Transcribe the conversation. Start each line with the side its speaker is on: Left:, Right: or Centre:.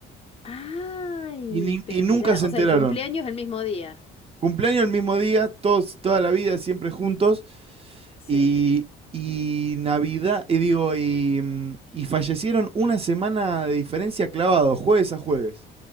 Left: Ay,
Right: Y, ni-
Left: pero
Right: y nunca
Left: mira,
Right: se
Left: o
Right: enteraron.
Left: sea, el cumpleaños es el mismo día.
Right: Cumpleaños el mismo día, todos, toda la vida, siempre juntos.
Left: Sí.
Right: Y, y Navidad, y digo, y, mm, y fallecieron una semana de diferencia clavado, jueves a jueves.